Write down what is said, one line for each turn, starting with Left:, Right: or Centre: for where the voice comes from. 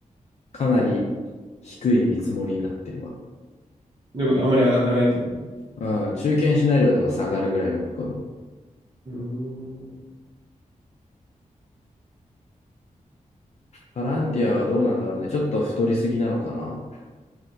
Left: かなり低い見積もりになってるわ。
Right: ということは、あんまり上がってないってこと
Left: うん、中堅シナリオでも下がるぐらいの見込み。
Right: うーん。
Left: パランティアはどうなんだろうね。
Right: なんか
Left: ちょっと太りすぎなのかな。